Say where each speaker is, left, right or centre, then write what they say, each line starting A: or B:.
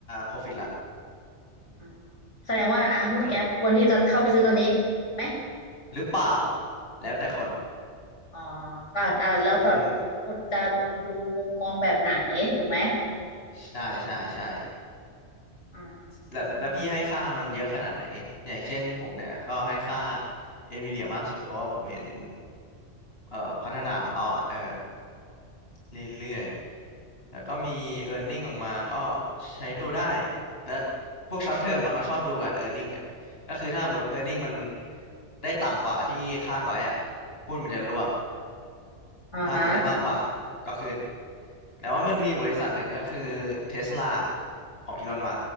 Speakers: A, on the left; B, on the left.
A: profit ละ
B: อืมแสดงว่าอ่าหุ้นแก๊ปควรที่จะเข้าไปซื้อตอนนี้ไหม
A: ก็หรือเปล่าแล้วแต่คน
B: อ๋อก็อ่าแล้วแต่
A: อืม
B: คนจะดูมุมมองแบบไหนถูกไหม
A: ใช่ใช่ใช่
B: อื
A: แล้วแล้วพี่ให้ค่ามันเยอะขนาดไหนอย่างเช่นผมเนี่ยก็ให้ค่า
B: ม
A: NVIDIA มากสุดเพราะว่าผมเห็นเอ่อพัฒนาของเขาอ่ะเออเรื่อยๆแล้วก็มี earning ออกมาก็ใช้ดูได้และพวก short term อ่ะเขาชอบดูกัน earning อ่ะก็คือถ้าหมด earning มันได้ต่ำกว่าที่คาดไว้อ่ะหุ้นมันจะร่วง
B: อ่าฮะ
A: ถ้าหมดได้มากกว่าก็ขึ้นแต่ว่ามันมีบริษัทหนึ่งก็คือ Tesla ของอีลอนมั